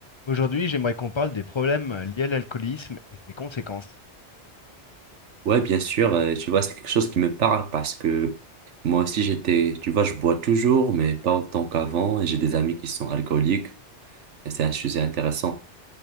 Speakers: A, on the left; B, on the right.
A: Aujourd'hui, j'aimerais qu'on parle des problèmes liés à l'alcoolisme et ses conséquences.
B: Ouais, bien sûr, euh, tu vois, c'est quelque chose qui me parle parce que moi aussi j'étais, tu vois, je bois toujours, mais pas autant qu'avant, et j'ai des amis qui sont alcooliques, et c'est un sujet intéressant.